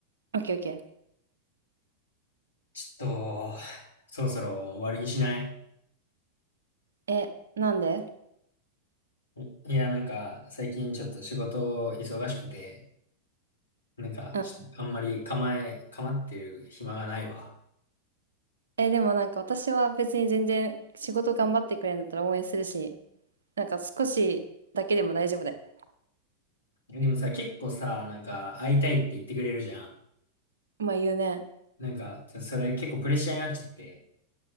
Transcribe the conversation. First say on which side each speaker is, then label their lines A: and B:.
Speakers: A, on the right; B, on the left.
A: オッケーオッケ
B: ちょっと、そろそろ終わりにしない
A: ー。え、なんで
B: いや、なんか、最近ちょっと仕事忙しくて、なんか、
A: うん。
B: ちょっとあんまり構え、構ってる暇がないわ。
A: え、でもなんか私は別に全然仕事頑張ってくれるんだったら応援するし、なんか少しだけでも大丈夫だよ。
B: でもさ、結構さ、なんか、会いたいって言ってくれるじゃん。
A: まあ言うね。
B: なんか、ちょそれ結構プレッシャーになっちゃって、